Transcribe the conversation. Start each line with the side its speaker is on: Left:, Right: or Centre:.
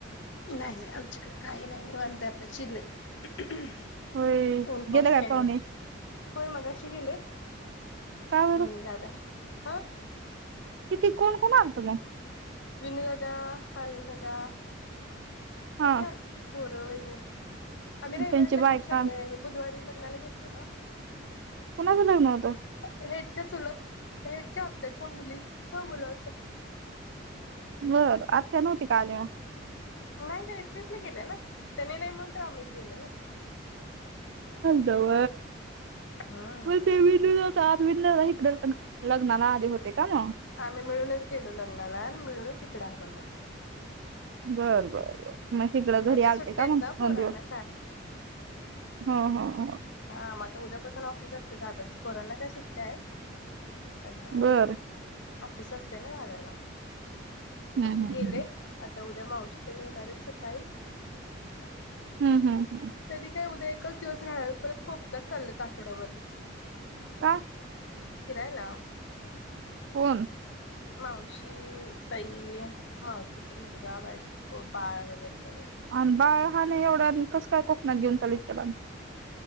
Left: नाही नाही आमच्याकडे काही नाही निवांताय आपलं चिलय
Right: होय
Left: ऊन पाऊस
Right: गेले
Left: काय
Right: पाहुणे
Left: नाय होय मगाशी ती गेलेत
Right: का बरं
Left: वाहिनी दादा हा
Right: किती कोण कोण आलतं मग?
Left: विनू दादा, हरील दादा
Right: हा
Left: सगळे आणते पोरं, वैनी आम्ही रविवारी
Right: त्यांची
Left: लग्न,
Right: बायका
Left: शनगइ बुधवारी लग्न लग्नाला गेलत न्हव
Right: कुणाच लग्न होतं?
Left: हेंच्या चुलत, हेंच्या आत्याच्या मुलीच्या मुलाचं
Right: बर आत्या नव्हत्या का आल्या
Left: नई ग, एकटे एकली गेल्या ना? त्यांनी नाही म्हणून तर आम्ही गेलो ना.
Right: न्हव.
Left: हा.
Right: मग काय विणूला ताप तुम्हीं अन दादा हीकडं लग्नाला आले होते का मग?
Left: आम्ही मिळूनच गेलो लग्नाला आणि मिळूनच इकडं आलो मग.
Right: बर बर बर. म हिकड
Left: मग
Right: घरी
Left: आता सुट्ट्या
Right: आल्ते का
Left: आहेत
Right: मग दोन
Left: ना पोरांना
Right: दिवस, ह ह.
Left: हां मग आता उद्यापासून ऑफिस असतय दादाचं, पोरांना काय सुट्या आहेत. <unintelligible>
Right: बर
Left: ऑफिस असतय ना दादाला
Right: हम्म
Left: मग ते
Right: हम्म
Left: गेले
Right: हम्म
Left: आता उद्या मावशी तेन येणार आहेत सकाळी
Right: हम्म हम्म हम्म.
Left: तेनी काय उद्या एकच दिवस राहणार, परत कोकणात चाललेत आठवडाभर.
Right: का?
Left: फिरायला.
Right: कोन?
Left: मावशी, तई, मावशीचा मुलगा, बायको, बाळ वगैरे सगळे.
Right: आणि बाळ लहान आहे एवढा, आणि कस काय कोक <unintelligible>